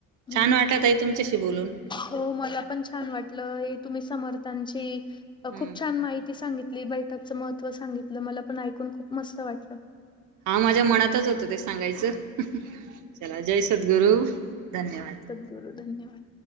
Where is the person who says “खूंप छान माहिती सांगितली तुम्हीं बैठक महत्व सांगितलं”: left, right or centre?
Left